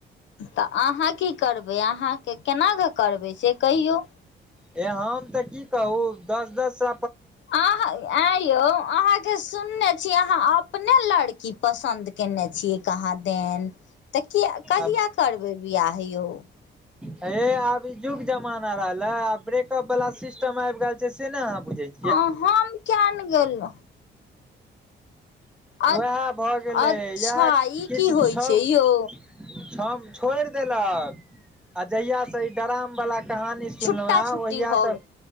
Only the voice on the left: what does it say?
तऽ अहाँ की करबै अहाँके केनाकऽ करबै से कहियौ
ऐह ऐं यौ अहाँके सुनने छी अहाँ अपने लड़की पसन्द केने छियै कहाँ देन तऽ किया कहिया
करबै बियाह यौ <inaudible>
आ हम कीयाने गेलहु अ
अच्छा
ई
की होइ
छै यौ
छुट्टा
छुट्टी
भऽ
गेल